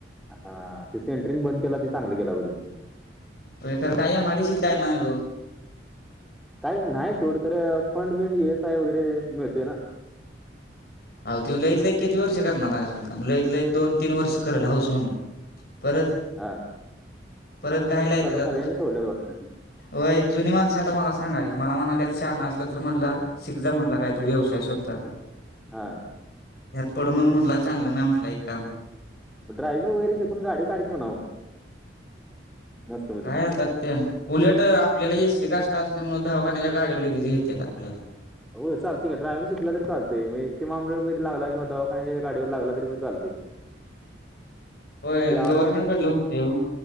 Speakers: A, in the centre; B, on the left.
A: हा ति सेंट्रींग बंद केला ती चांगलं केला ब त्यांनी.
B: व्हय खर काय एम आय डीशीत काय नाय ओ.
A: कायच नाय सोड खर फंड बिंड इ एस आय वगैरे मिळतय ना.
B: आव त्यो लायत लय किती वर्ष करणाराय अजून काम लयत लंय दोन तीन वर्ष करल हाऊस म्हणून. परत
A: हा.
B: परत घायला येतात
A: सगळ्यांनी
B: आता
A: सोडल्यात वाटतं
B: व्हय जुनी माणसं आता मला सांगायल्यात मला म्हणालेत शहाणा असला तर म्हनला शीक जा म्हनला कायतरी व्यवसाय स्वतःचा.
A: हा.
B: ह्यात पडू नको म्हणाल चांगलं नाय म्हटला हे काम.
A: म ड्रायव्हिंग वगैरे शिकून गाडी काढ की म्हणाव. मस्त मधी.
B: काय आता त्यान उलट आपल्याला एसी कास्टा असल्यामुळ दवाखान्याच्या गाडीव लगीच घेत्यात आपल्याला.
A: हो चालतंय की ड्रायव्हिंग शिकला तरी चालतंय म एस टी महा मंडळात लागला किंवा दवाखान्याच्या गाडीवर लागला तरी पण चालतय.
B: होय अन्
A: आरो
B: गव्हर्मेंट कडलं होतय ओ.